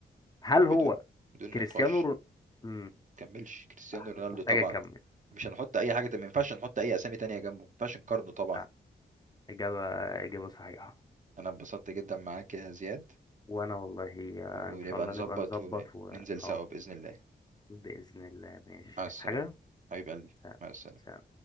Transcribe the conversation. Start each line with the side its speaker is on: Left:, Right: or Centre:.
Left: هل هو
Right: بدون بدون
Left: كريستيانو
Right: نقاش
Left: رون... مم،
Right: كملش كريستيانو
Left: صح
Right: رونالدو
Left: مش محتاج
Right: طبعا
Left: أكمل
Right: مش هنحط اي حاجه ما ينفعش نحط اي اسامي تانية جنبه ما ينفعش نقارنه طبعا
Left: صح إجابة إجابة صحيحة
Right: انا اتبسطت جدا معاك يا زياد
Left: وانا والله آه،
Right: ونبقى
Left: ان شاء الله
Right: نظبط
Left: نبقى نظبط
Right: وننزل
Left: و
Right: سوا
Left: اه
Right: باذن الله
Left: بإذن الله ماشي
Right: مع السلامه
Left: عايز حاجة
Right: حبيب قلبي
Left: سلام
Right: مع السلامه
Left: سلام.